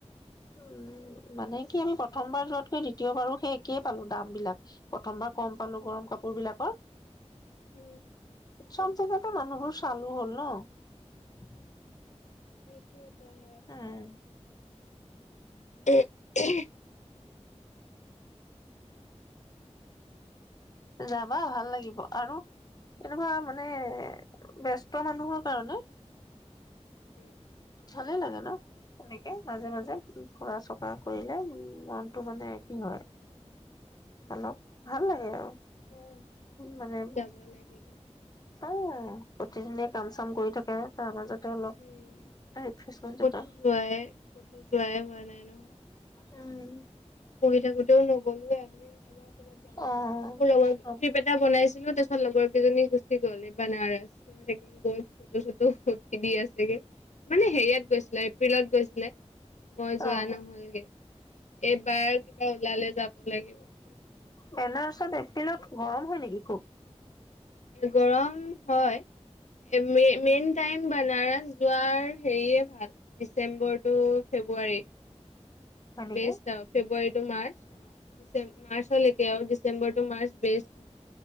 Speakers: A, on the left; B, on the left.
A: উম মানে কি আমি প্ৰথমবাৰ যোৱাতকৈ দ্বিতীয়বাৰো সেই একেই পালো দাম বিলাক প্ৰথমবাৰ কম পালো গৰম কাপোৰ বিলাকৰ।
B: উম
A: চব জেগাতে মানুহবোৰ চালু হ'ল ন।
B: সেইটোৱে পাই।
A: উম
B: <unintelligible>
A: যাবা ভাল লাগিব আৰু এনেকুৱা মানে ব্যস্ত মানুহৰ কাৰণে
B: উম
A: ভালেই লাগে ন এনেকে মাজে মাজে ফুৰা-চকা কৰিলে উম মনটো মানে এক্তিভ হয় অলপ ভাল লাগে আৰু।
B: উম
A: মানে
B: যাব লাগিব।
A: উম প্ৰতিদিনে কাম চাম কৰি থাকে তাৰ মাজতে অলপ
B: উম
A: ৰিফ্ৰেছমেণ্ট
B: ক'তো
A: এটা
B: যোৱাই ক'তো যোৱাই হোৱা নাই ন। <unintelligible>
A: উম
B: পঢ়ি থাকোতেও নগলোয়ে <unintelligible> এবাৰ। ক'বাত যাব
A: অ
B: লাগিব, মোৰ লগত
A: অ
B: ট্ৰিপ এটা বনাইছিলো তাৰপি ছত লগৰ কেইজনী গুচি গ'ল এই বানাৰস সিহঁত একদম গৈ ফুটো-চুটো উঠি দি আছেগে। মানে হেৰিয়াত গৈছিলে এপ্ৰিলত গৈছিলে। মই যোৱা
A: অ
B: নহ'লগে। এই বাৰ কিবা ওলালে যাব লাগিব।
A: বেনাৰসত এপ্ৰিলত গৰম হয় নেকি খুব?
B: গৰম হয় এ মে মেইন টাইম বানাৰস যোৱাৰ হেৰিয়ে ভাল ডিচেম্বৰ টু ফেব্ৰুৱাৰী।
A: হয় নেকি
B: বেষ্ট আৰু February to March December March লেকে। কে আৰু ডিচেম্বৰ মাৰ্চ বেষ্ট।